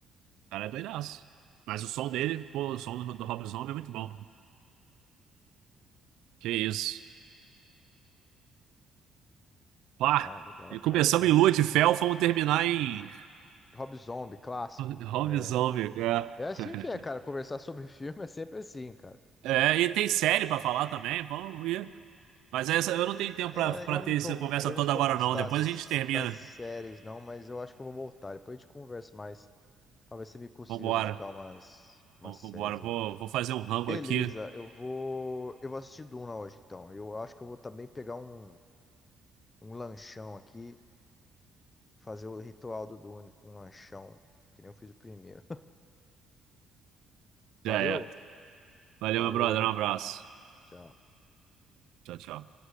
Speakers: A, on the right; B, on the left.
A: cara é doidaço. Mas o som dele, pô, o som do, do Rob Zombie é muito bom. Que isso. Pá!
B: Ah, legal,
A: E
B: cara.
A: começamos
B: Bom,
A: em Lua de Fel, vamos terminar em
B: Rob Zombie, clássico.
A: <laughs> Rob
B: É.
A: Zombie. É,
B: É assim
A: <laughs>
B: que é, cara. Conversar sobre filme é sempre assim, cara.
A: É, e tem série pra falar também. Vamos, Mas essa, eu não tenho tempo
B: É,
A: pra, pra
B: eu
A: ter
B: não tô
A: essa
B: muito,
A: conversa
B: eu
A: toda
B: não tô
A: agora,
B: muito
A: não.
B: das,
A: Depois a gente termina.
B: das séries, não, mas eu acho que eu vou voltar. Depois a gente conversa mais. Talvez você me consiga
A: Vambora.
B: me indicar umas, umas
A: Vambora.
B: séries aí.
A: Vou, vou fazer um rambo
B: Beleza,
A: aqui.
B: eu vou. Eu vou assistir Duna hoje, então. Eu acho que eu vou também pegar um, um lanchão aqui, fazer o ritual do Dune com um lanchão, que nem eu fiz o primeiro. <laughs>
A: Já
B: Valeu?
A: é. Valeu,
B: Falou,
A: meu brother. Um abraço.
B: tchau.
A: Tchau, tchau.